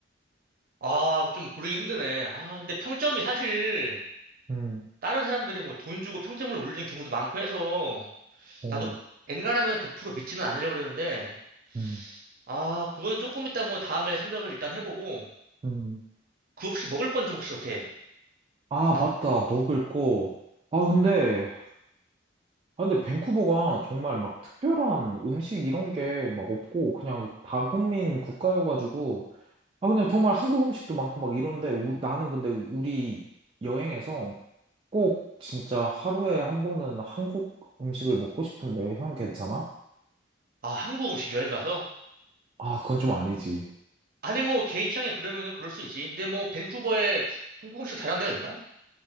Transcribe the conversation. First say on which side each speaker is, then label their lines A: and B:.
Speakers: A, on the right; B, on the right.
A: 아, 좀 고르기 힘드네. 아, 근데 평점이 사실
B: 음,
A: 다른 사람들이 뭐 돈 주고 평점을 올리는 경우도 많고 해서
B: 어,
A: 나도 엔간하면 100% 믿지는 않으려고 그러는데
B: 음,
A: 아, 그거는 조금 이따 뭐 다음에 생각을 일단 해보고
B: 음.
A: 그 혹시 먹을 건 좀 혹시 어때?
B: 아,
A: 아,
B: 맞다. 먹을 거. 아, 근데, 아, 근데 밴쿠버가 정말 막 특별한 음식 이런 게 막 없고, 그냥 다국민 국가여가지고, 아, 그냥 정말 한국 음식도 많고 막 이런데, 우- 나는 근데 우리 여행에서 꼭 진짜 하루에 한 번은 한국 음식을 먹고 싶은데, 형 괜찮아?
A: 아, 한국 음식 여행 가서?
B: 아, 그건 좀 아니지.
A: 아니 뭐 개인 취향에 그러면은 그럴 수 있지. 근데 뭐 밴쿠버에 한국 음식 잘하는 데가 있나?